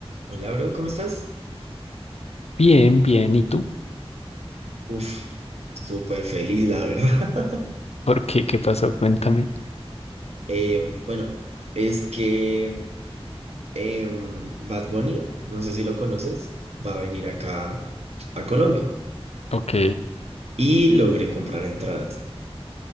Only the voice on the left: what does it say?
Bien, bien. ¿Y tú?
¿Por qué? ¿Qué pasó? Cuéntame.
Ok.